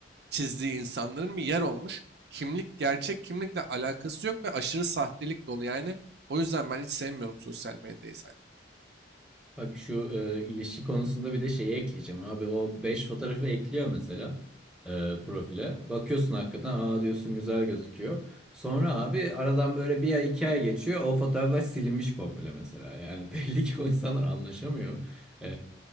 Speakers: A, on the right; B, in the centre.
A: çizdiği insanların bir yer olmuş. Kimlik, gerçek kimlikle alakası yok ve aşırı sahtelik dolu. Yani o yüzden ben hiç sevmiyorum sosyal medyayı zaten.
B: Bak şu e, ilişki konusunda bir de şeyi ekleyeceğim abi. O 5 fotoğrafı ekliyor mesela e, profile. Bakıyorsun hakikaten aa diyorsun güzel gözüküyor. Sonra abi aradan böyle bir ay iki ay geçiyor. O fotoğraflar silinmiş komple mesela. Yani <laughs> belli ki o insanlar anlaşamıyor. E,